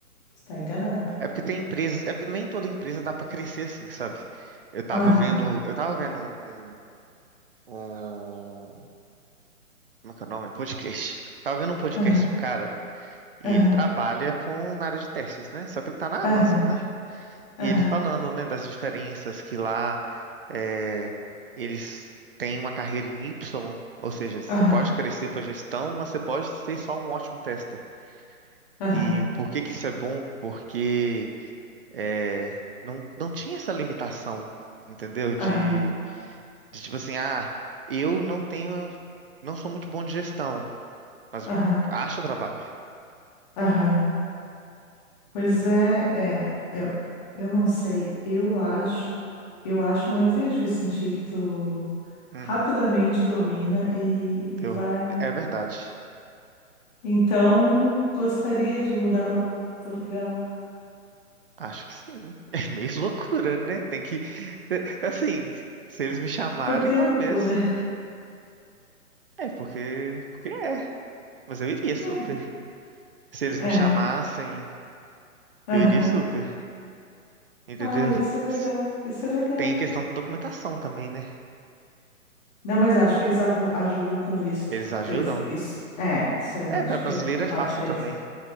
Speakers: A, on the left (about 30°); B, on the right (about 45°).
A: tu tá enganado.
B: É porque tem empresas, é porque nem toda empresa dá pra crescer assim, sabe? Eu tava
A: Aham,
B: vendo, eu tava vendo um, um, como é que é o nome? Podcast. Tava vendo um podcast
A: aham,
B: de um cara e
A: aham,
B: ele trabalha com na área de testes, né? Só que ele tá na
A: aham,
B: Amazon, né? E
A: aham,
B: ele falando, né, das diferenças que lá é, eles têm uma carreira em Y, ou seja, você
A: aham,
B: pode crescer para gestão, mas você pode ser só um ótimo tester.
A: aham.
B: E por que que isso é bom? Porque é, não, não tinha essa limitação, entendeu? De,
A: Aham,
B: de tipo assim, ah, eu não tenho, não sou muito bom de gestão, mas
A: aham,
B: acho trabalho.
A: aham. Pois
B: E,
A: é, é, eu, eu não sei, eu acho, eu acho, não, eu vejo e em que tu
B: uhum,
A: rapidamente domina e, e
B: eu,
A: vai.
B: é verdade.
A: Então, gostaria de mudar para Portugal.
B: Acho que sim. <laughs> É meio loucura, né? Tem que. é, Assim, se eles me chamarem,
A: Por que
B: talvez.
A: loucura?
B: É, porque. Porque é. Mas eu iria super.
A: Não,
B: Se eles
A: é,
B: me chamassem,
A: aham.
B: eu iria super. Entendeu?
A: Ai, isso é legal,
B: S-
A: isso é legal.
B: Tem a questão da documentação também, né?
A: Não, mas eu acho que eles arru- ajudam com visto.
B: Eles ajudam.
A: Isso aí, fo- isso, é, isso aí,
B: É,
A: acho
B: para brasileiro
A: que é a parte
B: é fácil
A: deles.
B: também.